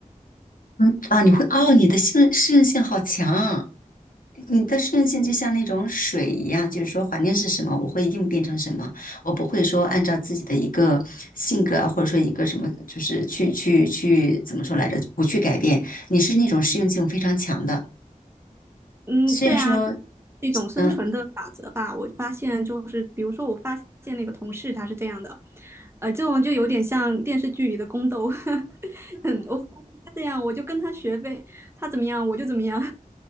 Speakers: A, on the left (about 75°); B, on the right (about 20°).
A: 嗯啊，你会哦，你的性适应性好强，你的适应性就像那种水一样，就是说环境是什么，我会应变成什么，我不会说按照自己的一个性格啊，或者说一个什么，就是去去去怎么说来着，不去改变，你是那种适应性非常强的。
B: 嗯，
A: 虽然说
B: 对啊，就是一种生存的法则吧。
A: 嗯
B: 我发现就是，比如说我发现那个同事他是这样的，呃，这种就有点像电视剧里的宫斗，<laughs> 嗯，我发现他这样，我就跟他学呗，他怎么样我就怎么样。